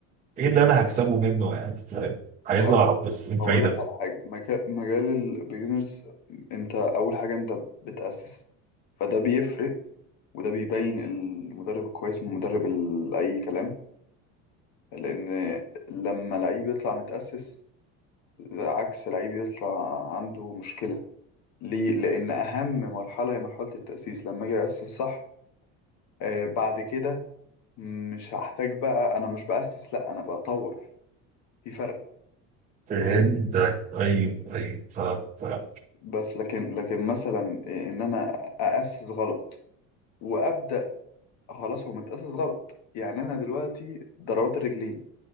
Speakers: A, on the right; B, on the left.
A: ايه اللي انا هكسبه منه يعني فاهم عايز
B: هقول
A: اعرف بس ايه الفايده
B: هقول لك على حاجه مجا- مجال البيجنرز انت اول حاجه انت بتاسس فده بيفرق وده بيبين المدرب الكويس من مدرب ال- اي كلام لان لما لعيب يطلع متاسس عكس لعيب يطلع عنده مشكله ليه لان اهم مرحله هي مرحله التاسيس لما اجي اسس صح آه بعد كده مش هحتاج بقى انا مش باسس لا انا بطور في فرق
A: فهمتك
B: فاهم
A: ايوه ايوه فاهم فاهم
B: بس لكن لكن مثلا ان انا اسس غلط وابدا خلاص هو متاسس غلط يعني انا دلوقتي ضربات الرجلين